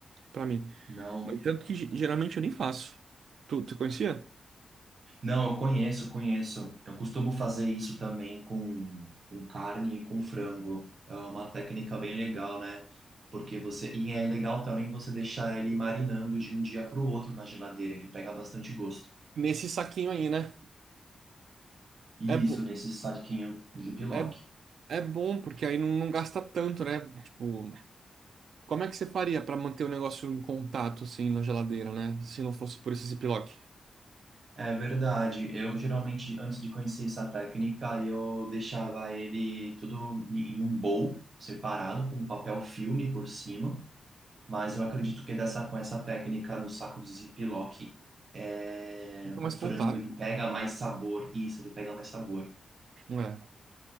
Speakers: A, on the right; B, on the right.
A: pra mim.
B: não.
A: Mas tanto que ge- geralmente eu nem faço. Tu, tu conhecia?
B: Não, eu conheço, conheço. Eu costumo fazer isso também com, com carne e com frango. É uma técnica bem legal, né? Porque você. E é legal também você deixar ele marinando de um dia para o outro na geladeira. Ele pega bastante gosto.
A: Nesse saquinho aí, né?
B: Isso,
A: É, bo
B: nesse saquinho de Ziploc.
A: é, é bom, porque aí não, não gasta tanto, né? Tipo, Como é que você faria para manter o negócio em contato, assim, na geladeira, né? Se não fosse por esse ziplock?
B: É verdade. Eu geralmente, antes de conhecer essa técnica, eu deixava ele tudo em um bowl separado, com papel filme por cima. Mas eu acredito que dessa, com essa técnica no saco de Ziploc, é,
A: Muito mais
B: o frango
A: contato.
B: ele pega mais sabor. Isso, ele pega mais sabor.
A: É.